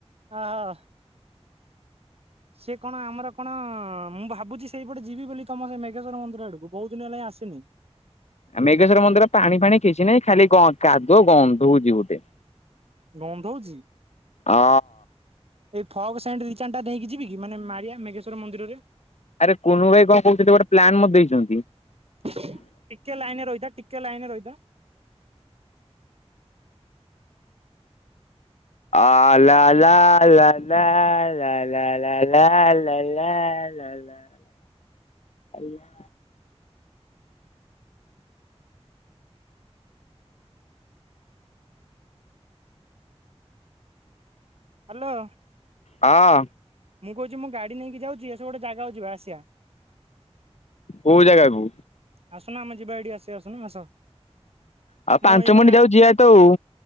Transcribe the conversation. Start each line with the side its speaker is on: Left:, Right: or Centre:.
Right: ହଁ। ସେ କଣ ଆମର କଣ ମୁଁ ଭାବୁଛି ସେଇପଟେ ଯିବି ବୋଲି ତମ ସେ ମେଘେଶ୍ଵର ମନ୍ଦିର ଆଡକୁ ବହୁତ ଦିନ ହେଲା ଆସିନି।
Left: ମେଘେଶ୍ୱର ମନ୍ଦିର ପାଣି ଫାଣି କିଛି ନାହିଁ ଖାଲି କାଦୁଅ ଗନ୍ଧଉଛି ଗୋଟେ
Right: ଗନ୍ଧଉଛି।
Left: ଅ।
Right: ଏଇ ଫଗ୍ ସେଣ୍ଟ୍ ଦି ଚାଟା ନେଇକି ଯିବି କି ମାନେ ମାରିଆ ମେଘେଶ୍ୱର ମନ୍ଦିରରେ।
Left: ଆରେ କୁନୁ ଭାଇ କଣ କହୁଛନ୍ତି ଗୋଟେ ପ୍ଲାନ ମତେ ଦେଇଛନ୍ତି।
Right: ଟିକେ ଲାଇନରେ ରହିଥା ଟିକେ ଲାଇନରେ ରହିଥା।
Left: ଅ ଲା ଲା ଲା ଲା ଲା ଲା ଲା ଲା ଲା ଲା। ଲା ଲା ଲା।
Right: ହାଲୋ।
Left: ହଁ।
Right: ମୁଁ କହୁଛି ମୁଁ ଗାଡ଼ି ନେଇକି ଯାଉଛି ଆସ ଗୋଟେ ଜାଗାକୁ ଜିବା ଆସିବା।
Left: କୋଉ ଜାଗା କୁ?
Right: ଆସୁନା ଆମ ଯିବା ଏଇଠି ଆସ ଆସୁନ ଆସ
Left: ଆଉ ପାଞ୍ଚ
Right: ମୁଁ ଏଇନା
Left: ମିନିଟ୍ ଯାଉ ଯିବା ତ ଆଉ